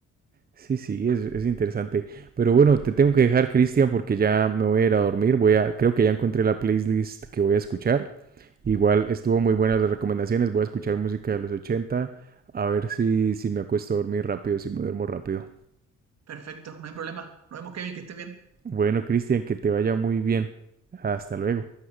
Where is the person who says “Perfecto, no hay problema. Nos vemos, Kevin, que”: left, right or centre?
Right